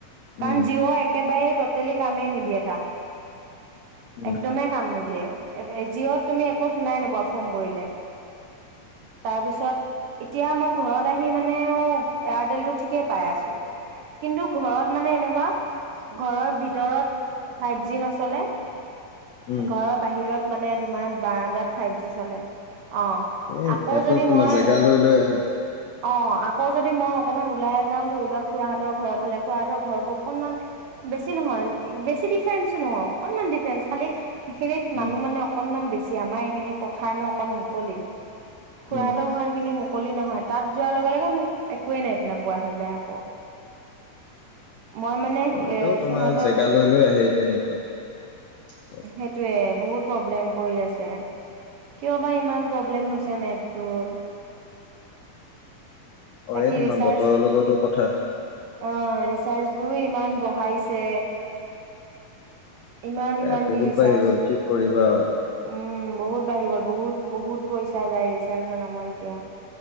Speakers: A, on the left; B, on the right.
A: উম
B: কাৰণ জিঅ' একেবাৰে টটেলি কামেই নিদিয়ে তাত।
A: উম
B: একদমেই
A: উম
B: কাম নিদিয়ে জিঅ'ত তুমি একো শুনাই নোপোৱা ফোন কৰিলে তাৰপিছত এতিয়া মই ঘৰত আহি মানে অঁ এয়াৰটেলতটো ঠিকে পাই আছো কিন্তু ঘৰত মানে এনেকুৱা ঘৰৰ ভিতৰত ফাইভ জি নচলে-
A: উম
B: ঘৰৰ বাহিৰত মানে তোমাৰ বাৰাণ্ডাত ফাইভ জি চলে অঁ
A: এই
B: আকৌ
A: নেটৱৰ্ক
B: যদি
A: তোমাৰ
B: মই
A: জেগা লৈ লৈ আহে
B: অঁ আকৌ যদি মই অকমান ওলাই যাওঁ ধৰি লোৱা খুৰাহতঁৰ ঘৰৰ ফালে খুৰাহঁতৰ ঘৰতো অকনমান বেছি নহয় বেছি ডিফাৰেন্সো নহয় অকনমান ডিফাৰেন্স খালি সেইখিনিত মানুহ
A: উম
B: মানে অকনমান বে আমাৰ এইখিনি পথাৰ নো অকণ মুকলি খুৰাহতঁৰ
A: উম
B: ঘৰখিনি যে অকলি নহয় তাত যোৱাৰ লগে লগে মোক একোৱে নেট নোপোৱা হৈ যায় আকৌ মই মানে
A: অঁ এইটো
B: এ
A: তোমাৰ
B: সিহঁতৰ
A: জেগা লৈ লৈ আহে তেনেকুৱা অলপ
B: সেইটোৱে বহুত প্ৰব্লেম কৰি আছে কিয় বা ইমান প্ৰব্লেম হৈছে নেটৰ
A: অ
B: বাকী
A: এই তোমাৰ
B: ৰিচাৰ্জ
A: বতৰৰ লগতো কথা
B: অ ৰিচাৰ্জ বোৰো ইমান। ই বহাইছে। ইমান ইমান
A: এ বহুত
B: চাৰ্চ
A: বাঢ়ি গ'ল কি কৰিবা আৰু
B: উম বহুত বাঢ়ি গ'ল বহুত। বহুত বহুত পইচা যায় ৰিচাৰ্জৰ নামত এতিয়া